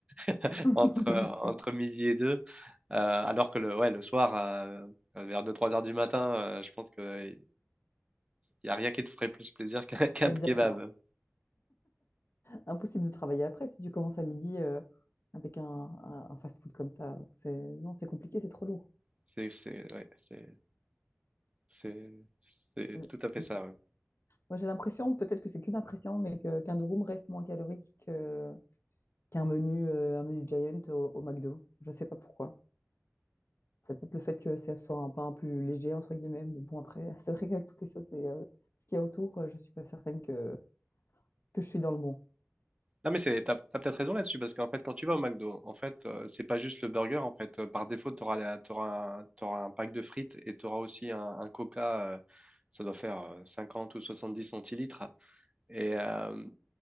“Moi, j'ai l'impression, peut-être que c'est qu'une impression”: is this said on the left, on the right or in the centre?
Left